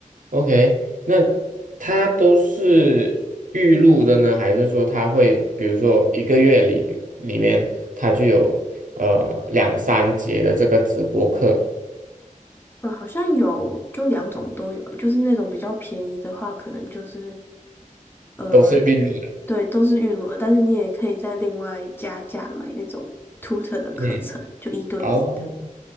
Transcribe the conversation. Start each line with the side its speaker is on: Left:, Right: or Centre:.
Right: OK，那它都是预录的呢，还是说它会比如说一个月里边里面它就有呃两三节的这个直播课
Left: 呃，好像有，就两种都有，就是那种比较便宜的话，可能就是呃，
Right: 都是预录的？
Left: 对，都是预录的，但是你也可以再另外加价买那种 tutor 的课程，
Right: 嗯，
Left: 就一对一的。
Right: 哦。